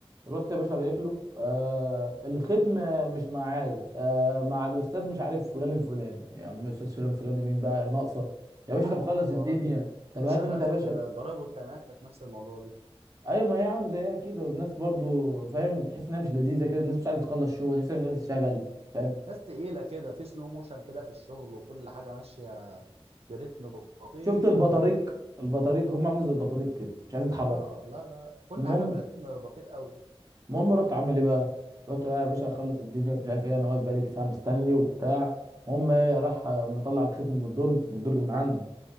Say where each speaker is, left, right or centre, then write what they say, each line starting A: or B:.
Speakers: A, on the right; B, on the right.
A: رحت يا باشا رايح له آه الختم مش معايا آه مع الاستاذ مش عارف فلان الفلاني يا عم استاذ فلان الفلاني مين بقى يا ناقصه يا باشا
B: عارف
A: طب خلص
B: انا الحوارات
A: الدنيا
B: دي
A: طب
B: كنت
A: هات
B: شغال
A: انت يا
B: في
A: باشا
B: الضرايب والتأمينات كانت نفس الموضوع دي
A: ايوه ما هي عامله زيها كده والناس برضو فاهم تحس انها مش لذيذه كده الناس مش عايزه تخلص شغل تحس إنها مش عايزه تشتغل فاهم
B: ناس تقيلة كده في سلو موشن كده في الشغل وكل حاجة ماشية برتم بطيء
A: شفت البطاريق
B: جدا
A: البطاريق هم عاملين زي البطاريق كده مش عايزين يتحركوا
B: اه لا لا كل
A: المهم
B: حاجة برتم بطيء قوي
A: المهم رحت عامل ايه بقى؟ رحت بقى يا باشا اخلص الدنيا ومش عارف ايه انا واقف بقالي ساعه مستني وبتاع المهم ايه راح مطلع الختم من الدرج من الدرج من عنده